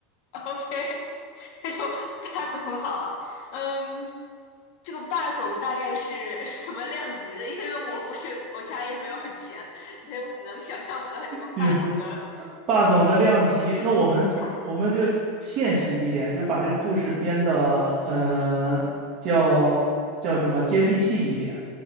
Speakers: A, on the left (about 55°); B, on the right (about 45°).
A: OK，<laughs> 那就霸总好了。嗯，这个霸总大概是什么量级的？因为我不是，我家也没有钱，所以我可能想象不到这个霸总的
B: 比如霸总的量级。
A: 资资资产。
B: 那我们我们就现实一点，就把这个故事编的呃叫叫什么接地气一点。